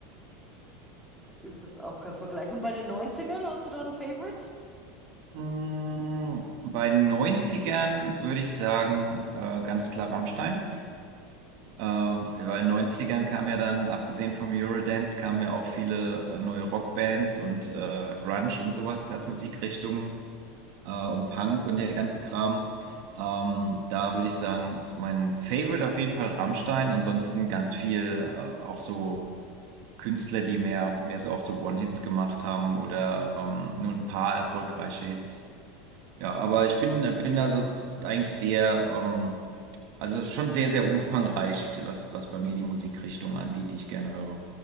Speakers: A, in the centre; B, on the right.
A: ist jetzt auch kein Vergleich. Und bei den Neunzigern hast du da ein Favorite?
B: Mm, Bei Neunzigern würde ich sagen, äh, ganz klar Rammstein. Ähm, weil in den Neunzigern kam ja dann, abgesehen vom Eurodance, kamen ja auch viele äh, neue Rockbands und äh, Grunge und sowas als Musikrichtung äh, und Punk und der ganze Kram. Ähm, da würde ich sagen, ist mein Favorite auf jeden Fall Rammstein. Ansonsten ganz viel äh, auch so Künstler, die mehr, mehr so auch so One-Hits gemacht haben oder ähm, nur ein paar erfolgreiche Hits. Ja, aber ich bin, bin da so s- eigentlich sehr ähm, also es ist schon sehr, sehr umfangreich, was, was bei mir die Musikrichtung angeht, die ich gerne höre.